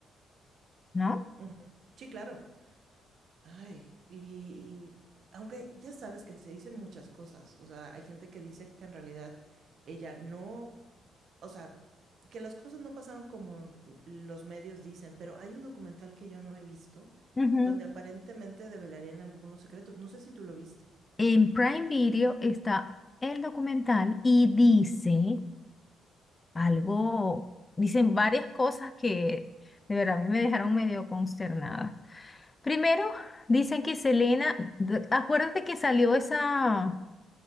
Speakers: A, on the left; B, on the right.
A: no
B: Ujú. Sí, claro. Ay, y, y aunque ya sabes que se dicen muchas cosas, o sea, hay gente que dice que en realidad ella no, o sea, que las cosas no pasaron como los medios dicen, pero hay un documental que yo no he visto
A: Ujú.
B: donde aparentemente develarían algunos secretos, no sé si tú lo viste.
A: En Prime Video está el documental y dice algo, dicen varias cosas que de verdad a mí me dejaron medio consternada. Primero, dicen que Selena, d- acuérdate que salió esa,